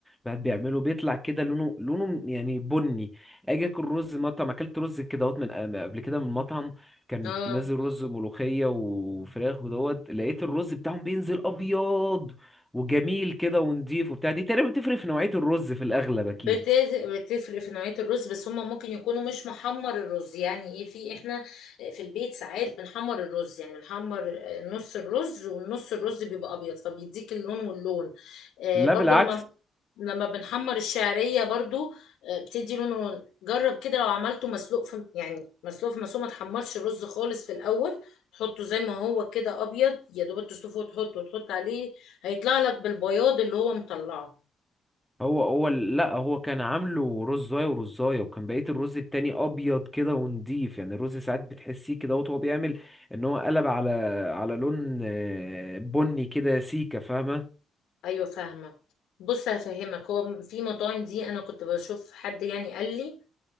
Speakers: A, in the centre; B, on the left (about 80°).
A: الواحد بيعمله بيطلع كده لونه لونه يعني بني اجي اكل رز مطعم اكلت رز كده اهوت من من قبل كده من مطعم كان
B: اه
A: نازل رز ملوخيه وفراخ ودوت لقيت الرز بتاعهم بينزل ابيض وجميل كده ونضيف وبتاع دي تقريبا بتفرق في نوعيه الرز في الاغلب
B: بت-
A: اكيد
B: بتفرق في نوعية الرز بس هما ممكن يكونوا مش محمر الرز يعني ايه في احنا في البيت ساعات بنحمر الرز يعني بنحمر نص الرز والنص الرز بيبقى ابيض فبيديك اللون واللون آه
A: لا
B: برضو
A: بالعكس
B: لما لما بنحمر الشعرية برضو آه، بتدي لون ولون جرب كده لو عملته مسلوق في يعني مسلوق في مسلوق ما تحمرش الرز خالص في الاول تحطه زي ما هو كده ابيض يا دوب تسلقه وتحطه وتحط عليه هيطلع لك بالبياض اللي هو مطلعه
A: هو هو ال- لا هو كان عامله رزاية ورزاية وكان بقية الرز التاني أبيض كده ونضيف يعني الرز ساعات بتحسيه كده وهو بيعمل إن هو قلب على على لون آه، بني كده سيكة فاهمة
B: ايوه فاهمه بص هفهمك هو في مطاعم دي انا كنت بشوف حد يعني قال لي